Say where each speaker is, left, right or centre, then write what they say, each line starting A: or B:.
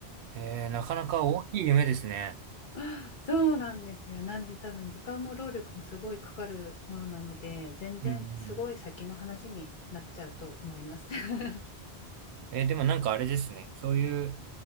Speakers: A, on the right (about 80°); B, on the left (about 55°).
A: えー、なかなか大きい夢ですね。
B: <laughs> そうなんですよ。なんで多分時間も労力もすごいかかるものなので、全然すごい先の話になっちゃうと思います。
A: うんうん。
B: <laughs>
A: えーでもなんかあれですね。そういう、